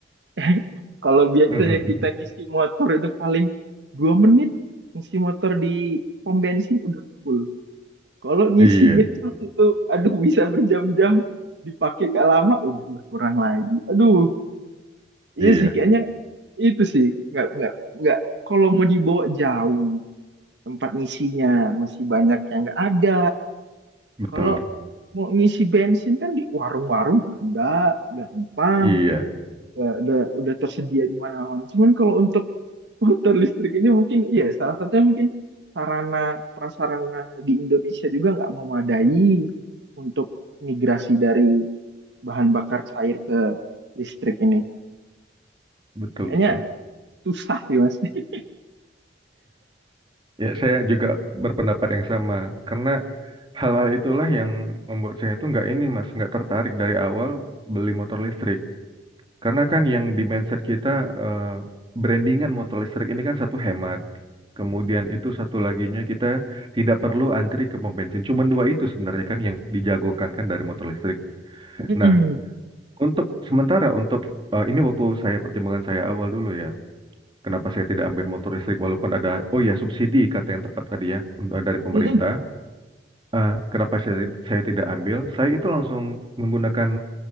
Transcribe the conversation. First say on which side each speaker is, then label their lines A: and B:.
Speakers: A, on the right; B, on the right.
A: <laughs> Kalau biasanya
B: Mm-mm.
A: kita ngisi motor itu paling dua menit ngisi motor di pom bensin udah full. Kalau ngisi
B: Iya,
A: ngecas itu aduh bisa berjam-jam dipakai gak lama udah berkurang lagi. Aduh, iya
B: iya,
A: sih kayaknya itu sih nggak nggak nggak kalau mau dibawa jauh tempat ngisinya masih banyak yang nggak ada.
B: betul.
A: Kalau mau ngisi bensin kan di warung-warung ada gampang
B: Iya,
A: udah, udah udah tersedia di mana-mana. Cuman kalau untuk motor listrik ini mungkin iya salah satunya mungkin sarana prasarana di Indonesia juga nggak memadai untuk migrasi dari bahan bakar cair ke listrik ini.
B: betul,
A: Kayaknya
B: betul.
A: susah sih Mas. <laughs>
B: Ya, saya juga berpendapat yang sama. Karena hal-hal itulah yang membuat saya itu nggak ini, Mas, nggak tertarik dari awal beli motor listrik. Karena kan yang di mindset kita eh, brandingan motor listrik ini kan satu hemat. Kemudian itu satu laginya kita tidak perlu antri ke pom bensin. Cuman dua itu sebenarnya kan yang dijagokan kan dari motor listrik.
A: Mm-mm.
B: Nah, untuk sementara untuk eh, ini waktu saya pertimbangan saya awal dulu ya. Kenapa saya tidak ambil motor listrik walaupun ada, oh ya subsidi kata yang tepat tadi ya untuk dari pemerintah.
A: Mm-mm.
B: Eh, kenapa saya saya tidak ambil? Saya itu langsung menggunakan